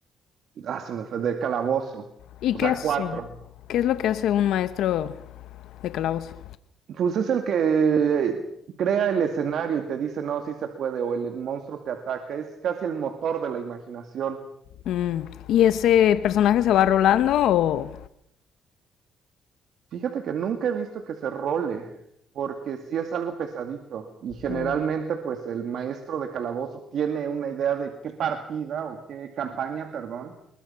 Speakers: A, on the right (about 65°); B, on the left (about 85°).
A: ah, se me fue, de calabozo,
B: ¿Y
A: o
B: qué
A: sea,
B: hace?
A: cuatro.
B: ¿Qué es lo que hace un maestro de calabozo?
A: Pues es el que crea el escenario y te dice, no, sí se puede, o el monstruo te ataca, es casi el motor de la imaginación.
B: Mm, ¿Y ese personaje se va rolando o...?
A: Fíjate que nunca he visto que se role, porque sí es algo pesadito, y generalmente
B: o-
A: pues el maestro de calabozo tiene una idea de qué partida o qué campaña, perdón